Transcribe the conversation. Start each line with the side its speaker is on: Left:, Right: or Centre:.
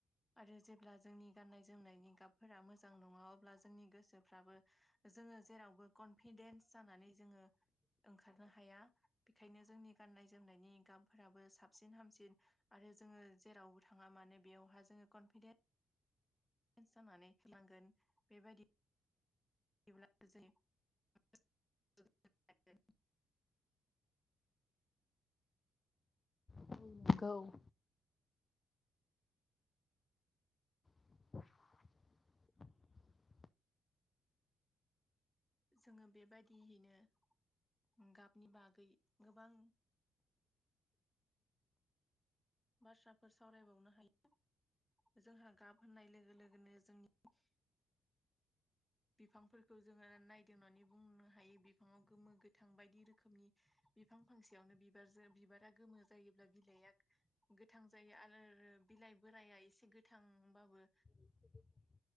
Centre: आरो जेब्ला जोंनि गाननाय जोमनायनि गाबफोरा मोज जां नङा अब्ला जोंनि गोसोफ्राबो जोङो जेरावबो कनफिडेन्स जानानै जोङो ओंखारनो हाया बेखायनो जोंनि गान्नाय जोमनायनि गाबफोराबो साबसिन हामसिन आरो जोङो जेरावबो थाङा मानो बेयावहा जोङो कनफिदे <unintelligible> <unintelligible> जानानै ओंखारलांगोन बेबायदि जेब्लाबो <unintelligible>
Left: <unintelligible> गौ <inaudible>
Centre: जोङो बेबायदिहैनो उम गाबनि बागै गोबां बाथ्राफोर सावरायबावनो हायो। जोंहा गाब होननाय लोगो लोगोनो जोंनि बिफांफोरखौ जोङो नायदिंनानै बुंनो हायो बिफाङाव गोमो गोथां बायदि रोखोमनि बिफां फांसेयावनो बिबारजो बिबारा गोमो जायोब्ला बिलाइआ <unintelligible> गोथां जायो आरो रो बि बिलाइ बोराइया एसे गोथांबाबो
Left: <inaudible>